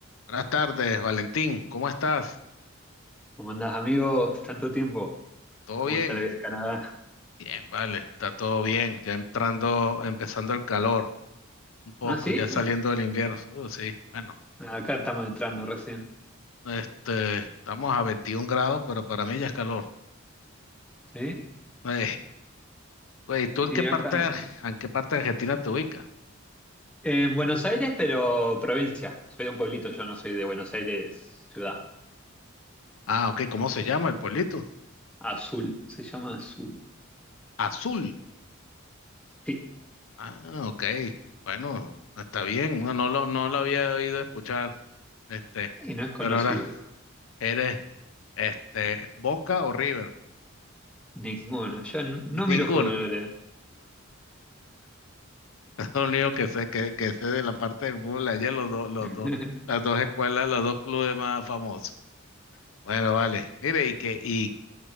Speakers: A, on the left; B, in the centre.
A: Buenas tardes, Valentín. ¿Cómo estás?
B: ¿Cómo andás, amigo? Tanto tiempo.
A: ¿Todo
B: ¿Cómo
A: bien?
B: está la vida en Canadá?
A: Bien, vale, está todo bien. Ya entrando, empezando el calor un poco,
B: ¿Ah, sí?
A: ya saliendo del invierno. Uh, sí, bueno,
B: Acá estamos entrando recién.
A: este, estamos a 21 grados, pero para mí ya es calor.
B: ¿Sí?
A: Eh, güey, ¿tú
B: Y
A: en qué parte,
B: acá.
A: de Ar- en qué parte de Argentina te ubicas?
B: En Buenos Aires, pero provincia. Soy de un pueblito, yo no soy de Buenos Aires, ciudad.
A: Ah, ok, ¿cómo se llama el pueblito?
B: Azul, se llama Azul.
A: Azul.
B: Sí,
A: Ah, ok, bueno, está bien. No, no lo, no lo había oído escuchar, este,
B: y no es conocido.
A: pero ahora eres, este, Boca o River.
B: Ninguno. Yo n- no
A: <laughs> Ninguno.
B: miro fútbol en realidad.
A: Lo único que sé, que, que sé de la parte del fútbol allá, los dos, los
B: <laughs>
A: dos, las dos escuelas, los dos clubes más famosos. Bueno, vale. Mire, y que, y